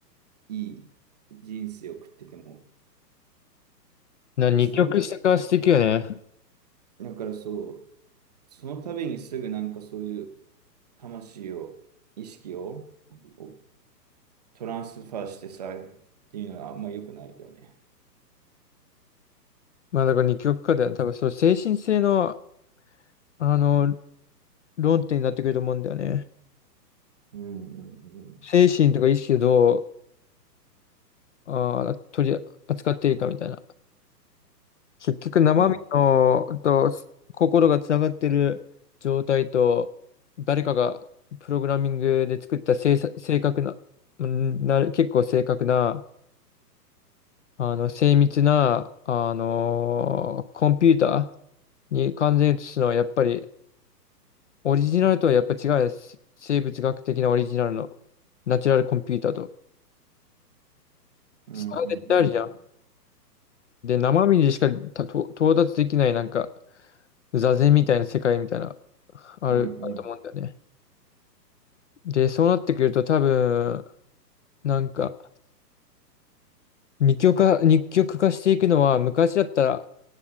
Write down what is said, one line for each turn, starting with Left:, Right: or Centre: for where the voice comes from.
Right: いい人生を送ってても。
Left: な、二極化していくよね。
Right: で、そのため、だからそう、そのためにすぐなんかそういう魂を、意識を、をトランスファーしてさ、っていうのはあんま良くないよね。
Left: まあだから二極化だよね。多分そう、精神性の、あの、論点になってくると思うんだよね。
Right: うんうん
Left: 精神とか意識をどう、あー、取り扱っているかみたいな。結局生身の、
Right: うん。まあ、
Left: と、心がつながってる状態と、誰かがプログラミングで作った正さ、正確な、うんなる、結構正確な、あの、精密な、あのーコンピューターに完全に移すのは、やっぱり、オリジナルとはやっぱ違うです。生物学的なオリジナルの、ナチュラルコンピューターと。
Right: うんうんうんうん。
Left: 差が絶対あるじゃん。で、生身でしかたと到達できない、なんか、座禅みたいな世界みたいな、ある、
Right: うんうん。
Left: あると思うんだよね。で、そうなってくると、多分、なんか、二極化、二極化していくのは、昔だったら、